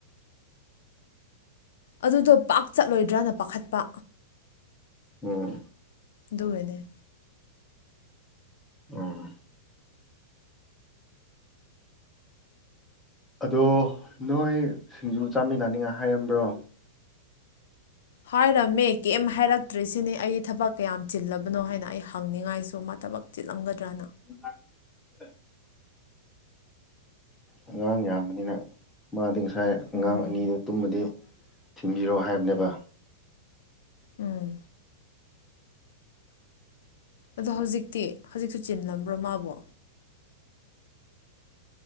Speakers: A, on the left; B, in the centre.
A: ꯑꯗꯨꯗꯣ ꯄꯥꯛ ꯆꯠꯂꯣꯏꯗ꯭ꯔꯅ ꯄꯥꯈꯠꯄ
B: ꯎꯝ
A: ꯗꯅꯦꯦ
B: ꯎꯝ ꯑꯗꯣ ꯅꯣꯏ ꯁꯤꯡꯖꯨ ꯆꯥꯃꯤꯟꯅꯅꯤꯡꯉꯥꯏ ꯍꯥꯏꯝꯕ꯭ꯔꯣ
A: ꯍꯥꯏꯔꯝꯃꯦ ꯀꯩꯝ ꯍꯥꯏꯔꯛꯇ꯭ꯔꯤꯁꯤꯅꯤ ꯑꯩ ꯊꯕꯛ ꯀꯌꯥꯝ ꯆꯤꯜꯂꯕꯅꯣ ꯍꯥꯏꯅ ꯑꯩ ꯍꯪꯅꯤꯡꯉꯥꯏꯁꯨ ꯊꯕꯛꯤꯂꯝꯒꯗ꯭ꯔꯥꯅꯤ
B: <unintelligible> ꯑꯉꯥꯡ ꯌꯥꯝꯕꯅꯤꯅ ꯃꯥꯗꯤ ꯉꯁꯥꯏ ꯑꯉꯥꯡ
A: ꯎꯝ
B: ꯑꯅꯤꯗꯨ ꯇꯨꯝꯃꯗꯤ ꯊꯤꯟꯕꯤꯔꯛꯑꯣ ꯍꯥꯏꯕꯅꯦꯕ
A: ꯎꯝ ꯑꯗꯣ ꯍꯧꯖꯤꯛꯇꯤ ꯍꯧꯖꯤꯛꯁꯨ ꯆꯤꯜꯂꯝꯕ꯭ꯔꯣ ꯃꯥꯕꯣ